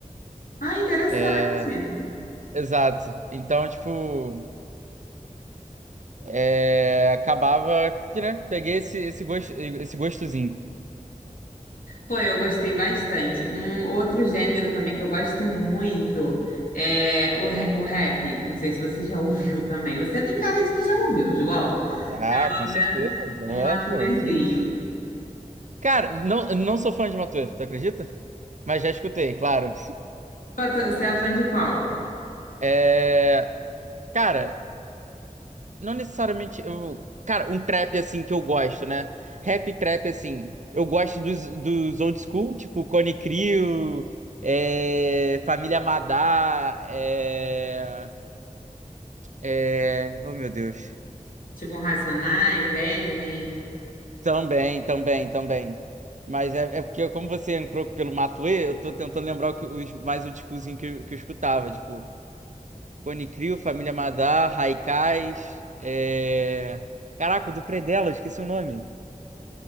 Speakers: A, on the left (about 75°); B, on the right (about 60°).
A: Ah, interessante.
B: É, exato. Então, tipo, é, acabava que, né, peguei esse, esse gosto, esse gostozinho.
A: Pô, eu gostei bastante. Um outro gênero também que eu gosto muito é o, ra- o rap. Não sei se você já <laughs> ouviu também. Você tem cara de que já ouviu, João.
B: Ah,
A: Pelo
B: com certeza.
A: menos um matuezinho.
B: É, pô, que... isso. Cara, não, não sou fã de Matuê, tu acredita? Mas já escutei, claro.
A: Qual tu- Você é fã de qual?
B: É, cara, não necessariamente eu, cara, um trap assim que eu gosto, né? Rap trap assim, eu gosto dos, dos old school, tipo Cone Crew, é, Família Madá, é, É... Oh, meu Deus.
A: Tipo um Racionais, Eminem,
B: Também, também, também. Mas é, é porque, como você entrou pelo Matuê, eu tô tentando lembrar o que, os, mais o tipozinho que, eu- que eu escutava. Tipo, Cone Crew, Família Madar, Haikais. É... Caraca, o do Predela, eu esqueci o nome.